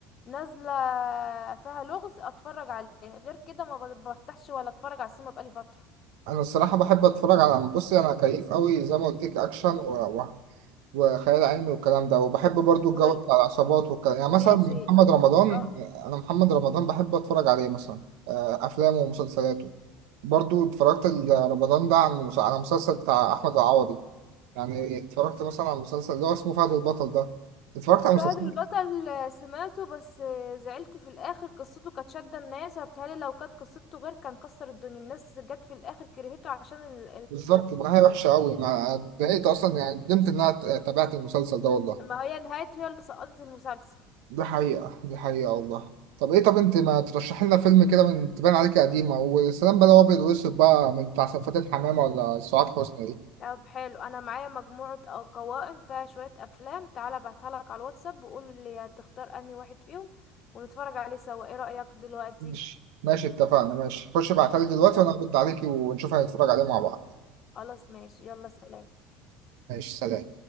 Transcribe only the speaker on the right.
انا الصراحه بحب اتفرج على بصي انا كيف قوي زي ما قلت لك اكشن و- وخيال علمي والكلام ده وبحب برضو الجو
بتاع العصابات والكلام يعني مثلا
محمد رمضان
انا محمد رمضان بحب اتفرج عليه مثلا آه، افلامه ومسلسلاته برضو اتفرجت ال- رمضان ده عن مس- على مسلسل بتاع احمد العوضي يعني اتفرجت مثلا على المسلسل اللي هو اسمه فهد البطل ده اتفرجت على
مسلسل
بالظبط النهايه وحشه قوي انا اتضايقت اصلا يعني ندمت ان انا ت- تابعت المسلسل ده والله
دي حقيقة دي حقيقة والله طب ايه طب انت ما ترشح لنا فيلم كده من تبان عليك قديمة والسلام بقى لو ابيض واسود بقى من بتاع سلفات الحمامة ولا سعاد حسني دي
ماشي ماشي اتفقنا ماشي خش ابعتها لي دلوقتي
وانا هرد عليكي ونشوف هنتفرج عليه مع بعض
ماشي سلام